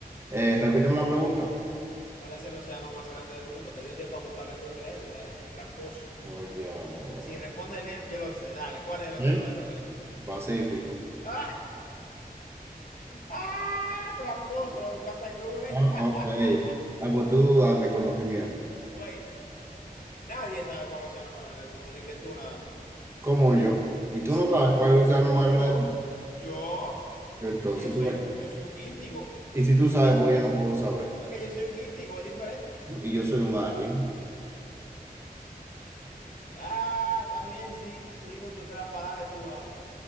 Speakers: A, on the right (about 15°); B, on the left (about 60°).
A: Eh, repíteme la pregunta.
B: ¿Cuál es el océano más grande del mundo? Te dio tiempo a buscarlo en Google, eh, tú te la des el tramposo.
A: Oye, ahora.
B: Si responde bien, yo lo sé. Dale, ¿cuál es el
A: ¿Eh?
B: océano más grande del mundo?
A: Pacífico.
B: <laughs> ¡Ah! Tramposo, lo buscaste en Google.
A: Ah,
B: <laughs>
A: ah, ok. Ah, pues tú dame conocimiento,
B: Güey, nadie sabe cuál es el océano más grande del mundo, di que tú nada más.
A: como yo. Y tú no
B: Y
A: sabes
B: yo,
A: cuál es el océano
B: y
A: más grande
B: yo,
A: del mundo.
B: yo,
A: Entonces,
B: yo
A: porque-
B: soy un, yo soy un índigo.
A: y si tú sabes, porque yo no puedo saber.
B: Porque yo soy un índigo, es diferente.
A: ¿no? Y yo soy un alien.
B: Ah, está bien, sí. Digo tu trampa, dale tú ahora.